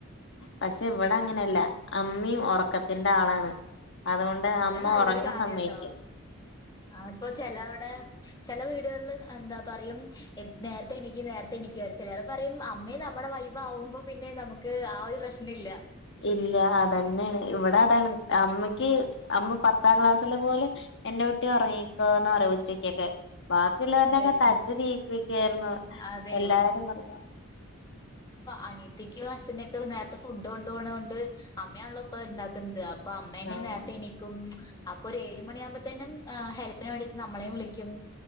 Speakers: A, on the left; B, on the left.
A: പക്ഷെ ഇവിടെ അങ്ങനെയല്ല അമ്മിം െറക്കത്തിന്റെ ആളാണ് അതുകൊണ്ട്
B: അത്
A: അമ്മ
B: നല്ലൊരു
A: ഉറങ്ങാ
B: കാര്യാട്ടോ
A: സമ്മയിക്കും
B: ആ ഇപ്പൊ ചെലവിടെ ചെല വീടുകളിൽ എന്താ പറയും നേരത്തെ എണീക്ക് നേരത്തെ എണീക്ക് ചെലര് പറയും അമ്മയും നമ്മുടെ വൈബാവുമ്പോ പിന്നെ നമുക്ക് ആ ഒരു പ്രശ്ന- പ്രശ്‌നില്ല
A: ഇല്ല അതന്നെയാണ് ഇവിടെ അതാണ് അമ്മയ്ക്ക് അമ്മ പത്താം ക്ലാസ്സിലെ പോലെ- എന്റെ കുട്ടി ഉറങ്ങിക്കോന്നറിം ഉച്ചക്കൊക്കെ- ബാക്കിയുള്ളവര്നെക്കെ
B: അതെ
A: തച്ച് ന്നീപ്പിക്കയായിരുന്നു
B: അതെ
A: എല്ലാരും പറഞ്ഞു
B: അനീത്തിക്കോ അച്ഛനക്കെ നേരത്തെ ഫുഡ് ഫുഡ് കൊണ്ട് പോണോണ്ട് അമ്മയാണള്ളോ ഇപ്പൊ ഇണ്ടാക്കുന്നത് അപ്പൊ അമ്മേന്നെ
A: ആഹ്
B: നേരത്തെ എണീക്കും അപ്പൊരു ഏഴ് മണിയാമ്പോത്തെനും ഏ ഹെൽപ്പിന് വേണ്ടിയിട്ട് നമ്മളെയും വിളിക്കും